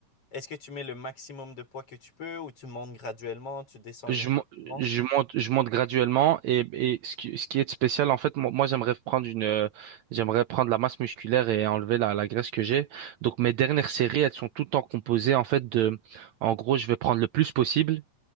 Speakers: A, on the left; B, on the right.
A: Est-ce que tu mets le maximum de poids que tu peux ou tu montes graduellement, tu descends
B: Je,
A: graduellement?
B: mo- je monte, je monte graduellement et, et ce qui, ce qui est spécial, en fait, moi, moi, j'aimerais prendre une, euh, j'aimerais prendre la masse musculaire et enlever la, la graisse que j'ai. Donc, mes dernières séries, elles sont tout le temps composées, en fait, de, en gros, je vais prendre le plus possible.